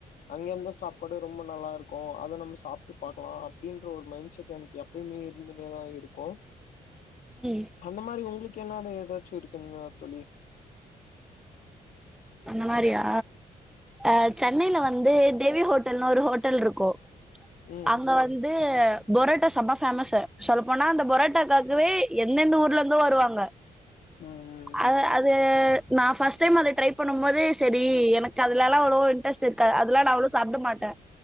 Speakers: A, on the left (about 70°); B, in the centre.
A: அங்க இருந்த சாப்பாடு ரொம்ப நல்லா இருக்கும் அத நம்ம சாப்பிட்டு பாக்கலாம் அப்படின்ற ஒரு மைண்ட் செட் எனக்கு எப்பயுமே இருந்துகிட்டே தா இருக்கும்
B: உம்
A: அந்த மாதிரி உங்களுக்கு என்னாவது ஏதாச்சும் இருக்குங்களா தோழி
B: அந்த மாதிரியா அ சென்னையில வந்து தெவி ஹோட்டல்ன்னு ஒரு ஹோட்டல் இருக்கும்
A: ம்
B: அங்க வந்து பொரோட்டா செம்ப ஃபேமஸ் சார் சொல்லப்போனா அந்த பொரோட்ட ட்டாக்காகவே எந்தெந்த ஊர்ல இருந்து வருவாங்க
A: ம் ம்
B: அ
A: ம்
B: அது து நா ஃபர்ஸ்ட் டைம் அத ட்ரை பண்ணும் போது செரி எனக்கு அதுலல்லாம் அவ்வளோ இன்டரெஸ்ட் இருக்காது அதெல்லாம் நா அவ்ளோவா சாப்ட மாட்ட